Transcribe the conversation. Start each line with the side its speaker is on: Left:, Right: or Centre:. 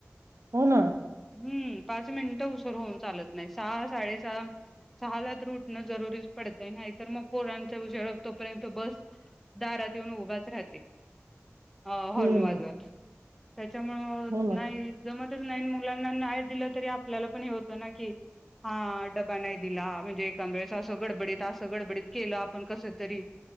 Right: हो ना.
Centre: हम्म पाच मिनिटं उसर होऊन चालत नाही सहा साडेसहा सहा ला तर उठण जरुरीच पडतय नाहीतर मग पोरांचा उशरा तोपर्यंत बस दारात येऊन उभाच राहते अ हॉर्न
Right: हम्म
Centre: वाजवत त्याच्यामुळ
Right: हो ना
Centre: नाही जमत नाही मुलांना नाही दिलं तरी आपल्याला पण हे होतं ना, की हा डबा नाही दिला. म्हणजे एखांद वेळेस असं गडबडीत असं गडबडीत केलं आपण कस तरी